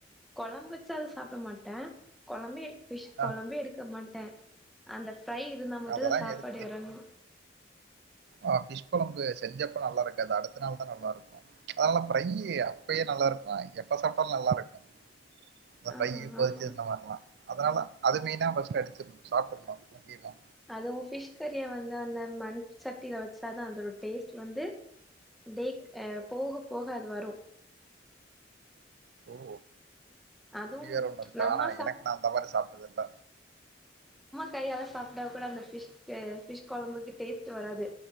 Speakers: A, in the centre; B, on the right.
A: கொழம்புக் ச்ச அத சாப்ட மாட்டே கொழம்பே எடுத் ஃபிஷ்
B: அ
A: கொழம்பே எடுக்க மாட்டே அந்த ஃப்ரை இருந்தா மட்டுதா
B: அதெல்லாம்
A: சாப்பாடு
B: எதுக்கு?
A: எறங்கு
B: ஆ ஃபிஷ் கொழம்பு செஞ்சப்ப நல்லா இருக்காது அடுத்த நாள் தா நல்லா இருக்கு அதனால ஃப்ரையி அப்பயே நல்லா இருக்கு எப்ப சாப்ட்டாலு நல்லா இருக்கு அந்த
A: ஆ
B: ஃப்ரையி பொதிச்சு
A: ஆமா
B: இந்த மார்லா அதுனால அது மெய்னா ஃபஸ்ட் எடுத்து சாப்பிட்றணு முக்கியமா
A: அதுவு ஃபிஷ் கறிய வந்து அந்த மண் சட்டியில வெச்சாதா அதோட டேஸ்ட் வந்து டேக் ஆ போக போக அது வரு
B: ஓ
A: அதுவு
B: அப்டி வேற ஒண்ணு இருக்கா
A: நம்ம
B: ஆனா
A: சாப்
B: எனக் நா அந்த மாரி சாப்ட்டது இல்ல
A: கையாலா சாப்ட்டா கூட அந்த ஃபிஷ்க்கு ஃபிஷ் கொழம்புக்கு டேஸ்ட்டு வராது